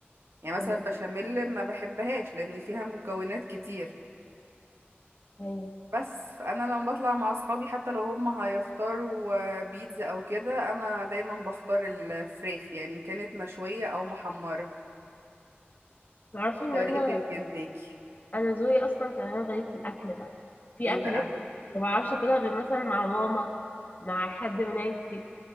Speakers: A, on the right; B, on the left.
A: يعني مثلا
B: أيوه
A: بشاميل ما بحبهاش لان فيها مكونات كتير
B: أيوه
A: بس فانا لما بطلع مع اصحابي حتى لو هم هيختاروا آه، بيتزا او كده انا دايما بختار الفريخ يعني إن كانت مشوية او محمرة
B: تعرفي إن
A: طريقة
B: أنا
A: الكنتاكي
B: أنا ذوقي أصلا كمان غريب في الأكل بقى في
A: ايه
B: أكلات
A: بقى
B: ما بعرفش أكلها غير مثلا مع ماما مع حد من عيلتي